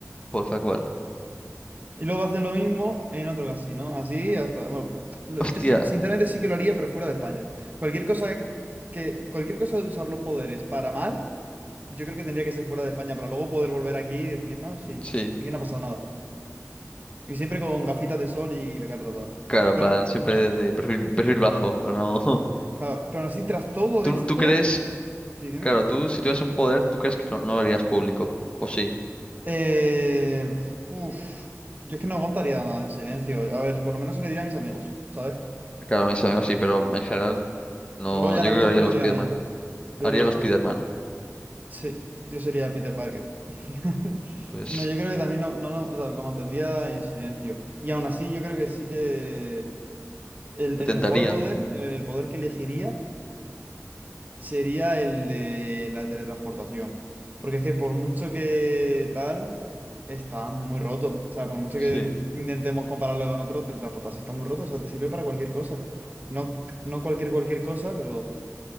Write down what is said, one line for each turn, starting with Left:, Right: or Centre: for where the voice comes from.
Left: Pues tal cual.
Right: Y luego haces lo mismo en otro casino, así hasta... Bueno, lo-
Left: <laughs> Hostia,
Right: yo sí- sinceramente sí que lo haría, pero fuera de España. Cualquier cosa que, cualquier cosa de usar los poderes para mal, yo creo que tendría que ser fuera de España para luego poder volver aquí y decir, no, sí,
Left: sí.
Right: aquí no ha pasado nada. Y siempre con gafitas de sol y la cara tapada.
Left: Claro,
Right: Pero
Left: van siempre de, de perfil, perfil bajo, para no...
Right: Claro, pero aún así, tras
Left: <laughs>
Right: todo
Left: ¿Tú,
Right: esto,
Left: tú crees...
Right: sí, dime.
Left: Claro, tú si tuvieras un poder, ¿tú crees que no no lo harías público? ¿O sí?
Right: Eh, uf, yo es que no aguantaría nada en silencio. A ver, por lo menos se lo diría a mis amigos, ¿sabes?
Left: Claro, a mis amigos sí, pero en general no.
Right: Luego ya
Left: Yo
Right: la
Left: creo
Right: cosa
Left: que haría
Right: es que lo
Left: los
Right: digan
Left: Spiderman.
Right: ellos. Pero
Left: Haría los
Right: que,
Left: Spiderman.
Right: sí, yo sería Peter Parker. <laughs>
Left: Pues
Right: No, yo creo que también lo, no lo, o sea, lo mantendría en silencio. Y aún así, yo creo que sí que el, el
Left: intentaría.
Right: mejor poder, el, el poder que elegiría. sería el de la teletransportación. Porque es que por mucho que tal, está muy roto. O sea, por mucho que
Left: Sí.
Right: intentemos compararlo con otro, teletransportarse está muy roto. O sea, te sirve para cualquier cosa. No, no cualquier cualquier cosa, pero